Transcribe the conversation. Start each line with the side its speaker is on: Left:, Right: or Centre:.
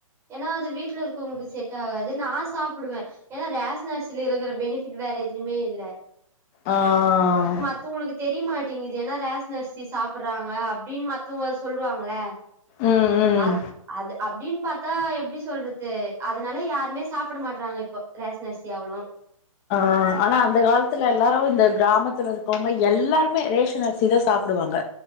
Right: ஏனா அது வீட்டுல இருக்கவங்குக்கு செட் ஆகாது நா சாப்புடுவே ஏனா ரேஷ் அரிசில இருக்கிற பெனிஃபிட் வேற எதுலயுமே இல்ல
Left: ஆ ஆ
Right: த்து உங்களுக்கு தெரியமாட்டேங்குது ஏன்னா ரேஸ் ஷ்னு அரிசி சாப்பிறாங்க அப்டின்னு மத்தவங்க சொல்லுவாங்கள
Left: ம் ம்
Right: அ அது அப்டின்னு பாத்தா எப்பிடி சொல்றது அதனால யாருமே சாப்பிட மாட்டறாங்க இப்போ ரேஷன் அரிசி அவ்ளோவு
Left: ஆ ஆனா அந்த காலத்துல எல்லாரும இந்த கிராமத்துல இருக்கவங்க எல்லாருமே ரேஷன் அரிசிதா சாப்புடுவாங்க